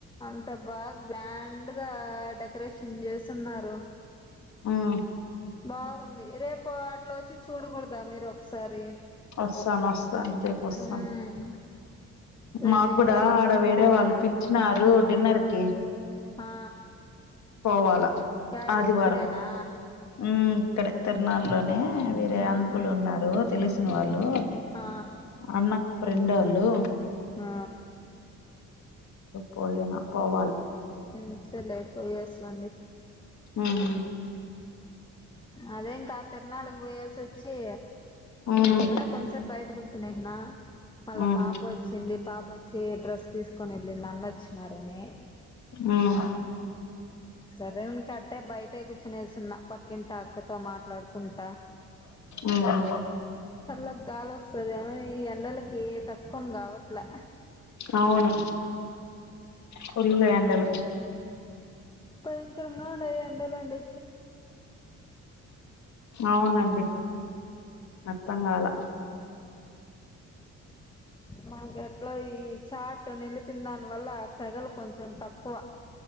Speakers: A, on the left; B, on the left.
A: అంత బాగ్ గ్రాండ్ గా డెకరేషన్ చేస్తున్నారు.
B: ఉమ్
A: బాగుంది. రేపు అట్ల వచ్చి చూడకూడదా మీరు ఒకసారి
B: వస్సన్ వస్థన్ రేపుస్థన్
A: ఉమ్ రేపు
B: మాక్
A: ఇంకా
B: కూడా
A: ఎక్కువ
B: అడ వేరే వాళ్ళు పిలిచినారు డిన్నర్ కి
A: ఆ
B: పోవాల
A: యాడ
B: ఆదివారం
A: ఇక్కడేనా
B: ఉమ్ ఇక్కడే తిరునాల్ లోనే ఆ వేరే
A: ఆహా
B: అంకులు ఉన్నారు. తెలిసిన వాళ్ళు
A: ఆ
B: అన్నకి ఫ్రెండ్ ఓళ్ళు
A: ఆ
B: పోయినా పోవాలి
A: ఉమ్ సర్లే పోయెస్ రండి.
B: ఉమ్
A: అదేం కాద్ ఇంకా తిరునాళకి పోయాసి వచ్చి
B: ఉమ్
A: బొమ్మనే కొంచసెప్ బయటకు నిన్న మళ్ళ
B: ఉమ్
A: పాప వచ్చింది. పాప వచ్చి డ్రెస్ తీసుకొని ఎల్ నిన్న అన్నొచ్చినారని
B: ఉమ్
A: సరే ఇంకాట్టే బయటే కూర్చునేసున్నా పక్కింటి ఆక్కతో మాట్లాడుకుంటా
B: ఉమ్
A: చల్లగా గాలిస్తోదా ఈ ఎండలకి తట్టుకొని కావట్లా
B: అవును ఫుల్ ఎండలు
A: భయకరంగా ఉండాయి ఈ ఎండల అండి.
B: అవునండి. అర్థం కాలా
A: మా గట్లో ఈ చాట్ నిలిపిన దాన్ వల్ల సెగలు కొంచెం తక్కువ